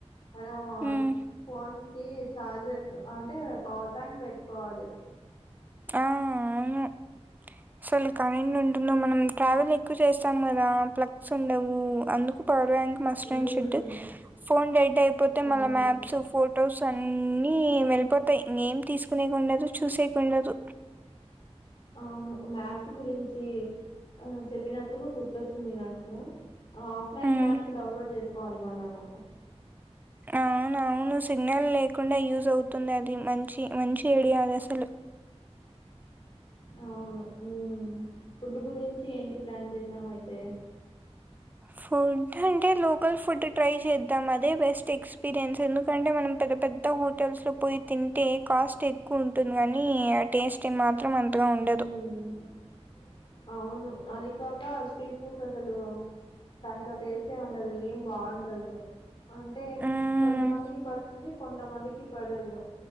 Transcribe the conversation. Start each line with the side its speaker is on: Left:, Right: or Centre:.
Left: మనం
Right: హ్మ్.
Left: ఫోన్స్ కీ చార్జర్స్ అంటే పవర్ బ్యాంక్ బెట్టుకోవాలి
Right: ఆ అవును అసలు కరెంట్ ఉంటుందో మనం ట్రావెల్ ఎక్కువ చేస్తాం గదా ప్లగ్స్ ఉండవు అందుకు power bank must
Left: హ్మ్.
Right: and should ఫోన్ వెయిట్ అయిపోతే
Left: అవును
Right: మళ్ల మ్యాప్స్ ఫొటోస్ అన్ని అన్ని వెళ్ళిపోతాయ్ ఏం తీసుకునేకుండదు చూసేకుండదు
Left: అవును మ్యాప్స్ గురించి ఆ చెప్పినప్పుడు గుర్తొచ్చింది నాకు ఆఫ్లైన్
Right: హ్మ్.
Left: మ్యాప్స్ డౌన్లోడ్ జేస కోవాలి మనము
Right: అవునవును సిగ్నల్ లేకుండా యూజ్ అవుతుంది అది మంచి మంచి ఐడియా అది అసలు
Left: అవును ఊ ఫుడ్ గురించి ఏంటి ప్లాన్ చేసావ్ అయితే
Right: ఫుడ్ అంటే లోకల్ ఫుడ్ ట్రై చేద్ తం అదే బెస్ట్ ఎక్స్పీరియన్స్ ఎందుకంటే మనం పెద్ద పెద్ద హోటల్స్ లో పోయి తింటే కాస్ట్ ఎక్కువ ఉంటుంది కానీ ఆ టేస్ట్ ఏ మా త్రం అంతగా ఉండదు
Left: హ్మ్. అవును అది కాక స్ట్రీట్ ఫుడ్స్ అసలు దాంట్లో టేస్టే ఉండదు ఏం బాగుండదు అంటే
Right: మ్మ్
Left: కొంతమందికి పడుతుంది కొంతమందికి పడదు